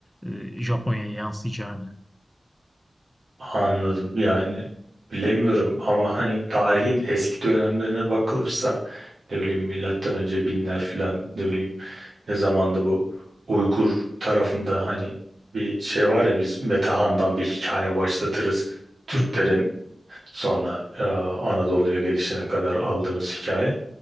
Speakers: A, in the centre; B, on the right.
A: e, Japonya'ya yansıyacağını.
B: Anladım yani bilemiyorum ama hani tarihin eski dönemlerine bakılırsa ne bileyim milattan önce binler falan ne bileyim ne zamanda bu Uygur tarafında hani bir şey var ya biz Metehan'dan bir hikaye başlatırız. Türklerin
A: Hı hı.
B: sonra e, Anadolu'ya gelişine kadar aldığımız hikaye.